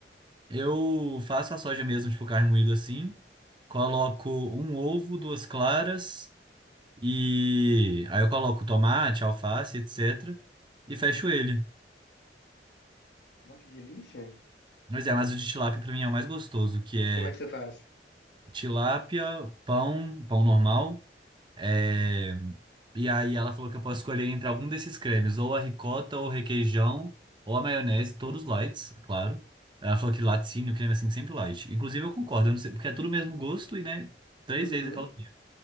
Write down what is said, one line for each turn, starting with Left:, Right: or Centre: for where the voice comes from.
Right: Eu faço a soja mesmo, tipo carne moída assim. Coloco um ovo, duas claras e aí eu coloco tomate, alface, etc. E fecho ele.
Left: Nossa, que delícia.
Right: Mas é, mas o de tilápia pra mim é o mais gostoso, que é
Left: Como é que você faz?
Right: tilápia, pão, pão normal, É, E aí ela falou que eu posso escolher entre algum desses cremes, ou a ricota, ou o requeijão, ou a maionese, todos lights, claro. Ela falou que laticínio, creme assim, sempre light. Inclusive eu concordo, eu não sei, porque é tudo o mesmo gosto e, né, três
Left: Uhum.
Right: vezes aquela minha.